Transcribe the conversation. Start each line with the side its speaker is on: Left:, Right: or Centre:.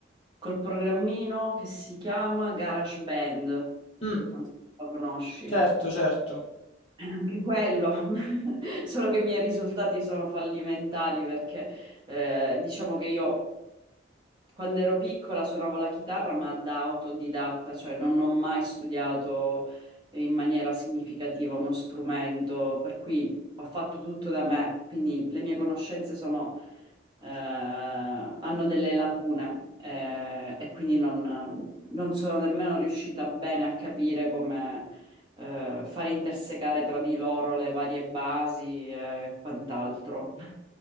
Right: col programmino che si chiama GarageBand.
Left: Mm.
Right: Non so se lo conosci.
Left: Certo, certo.
Right: Eh, Anche quello, <laughs> solo che i miei risultati sono fallimentari perché eh, diciamo che io quando ero piccola suonavo la chitarra, ma da autodidatta, cioè non ho mai studiato in maniera significativa uno strumento, per cui ho fatto tutto da me, quindi le mie conoscenze sono, eh, hanno delle lacune, eh, e quindi non, non sono nemmeno riuscita bene a capire come, eh, far intersecare tra di loro le varie basi eh, e quant'altro.
Left: Mm.